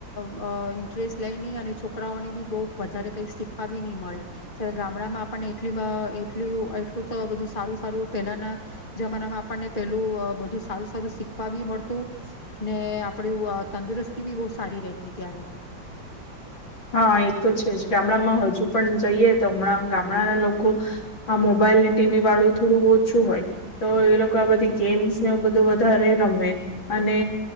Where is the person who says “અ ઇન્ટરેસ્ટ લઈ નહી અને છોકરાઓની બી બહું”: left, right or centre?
Left